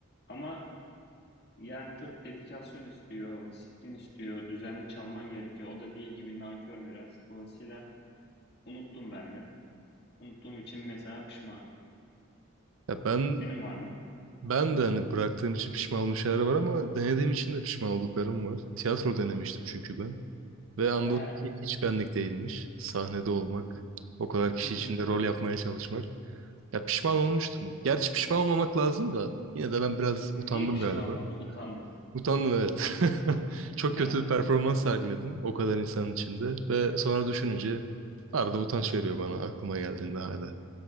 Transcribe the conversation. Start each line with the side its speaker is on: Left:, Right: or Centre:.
Left: Ama Yani çok dedikasyon istiyor, disiplin istiyor, düzenli çalman gerekiyor. O da değil gibi nankör biraz. Dolayısıyla unuttum ben de. Unuttuğum için mesela pişmanım.
Right: Ya ben
Left: Senin var mı?
Right: ben de hani bıraktığım için pişman olduğum şeyler var ama denediğim için de pişman olduklarım var. Tiyatro denemiştim çünkü ben. Ve anladım
Left: He,
Right: ki
Left: evet.
Right: hiç benlik değilmiş. Sahnede olmak, o kadar kişi
Left: Hı hı.
Right: içinde rol yapmaya çalışmak. Ya pişman olmuştum. Gerçi pişman olmamak lazım da yine de ben biraz utandım
Left: Niye pişman
Right: galiba.
Left: oldum? Utandım.
Right: Utandım evet. <laughs> Çok
Left: <laughs>
Right: kötü bir performans sergiledim o kadar insanın içinde ve sonra düşününce arada utanç veriyor bana aklıma geldiğinde hala.